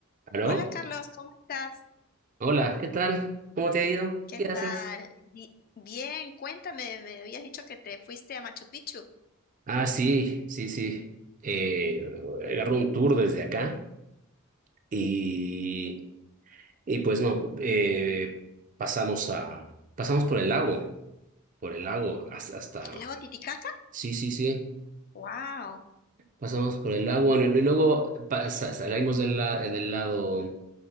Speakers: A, on the right; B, on the left.
A: ¿Aló?
B: Hola Carlos, ¿cómo estás?
A: Hola, ¿qué tal? ¿Cómo te ha ido?
B: ¿Qué
A: ¿Qué haces?
B: tal? Bi- Bien, cuéntame, me habías dicho que te fuiste a Machu Picchu,
A: Ah, sí, sí, sí. Eh, agarró un tour desde acá y, y pues no, eh, pasamos a, pasamos por el lago, por el lago hasta, hasta-
B: al lago Titicaca.
A: sí, sí, sí,
B: Wow.
A: pasamos por el lago, bueno, y luego pasa- salimos del, la- del lado,